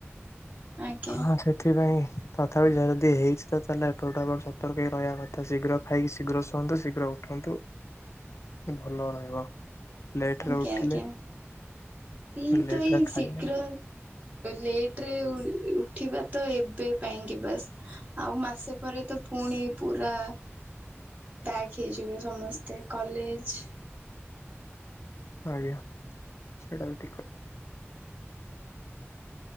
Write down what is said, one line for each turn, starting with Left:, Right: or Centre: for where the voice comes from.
Right: ଆଜ୍ଞା
Left: ହଁ ସେଥିପାଇଁ ତଥାପି ଯଦି ହେଇଛି ତ ତାହେଲେ ଏପଟୁ ଆପଣ ସତର୍କ ରହିବା କଥା। ଶୀଘ୍ର ଖାଇକି ଶୀଘ୍ର ଶୁଅନ୍ତୁ ଶୀଘ୍ର ଉଠ ଉଠନ୍ତୁ ଭଲ ରହିବ। ଲେଟରେ
Right: ଆଜ୍ଞା
Left: ଉଠିଲେ
Right: ଆଜ୍ଞା ଏଇ
Left: ଲେଟରେ
Right: ତ ଏଇ ଶୀଘ୍ର
Left: ଖାଇଲେ
Right: ଲେଟରେ ଉଠିବା ତ ଏବେ ପାଇଁକି ବାସ୍। ଆଉ ମାସେ ପରେ ତ ପୁଣି ପୁରା ପ୍ୟାକ୍ ହେଇଯିବ ସମସ୍ତେ କଲେଜ
Left: ଆଜ୍ଞା, ସେଇଟା ବି ଠିକ୍ କଥା।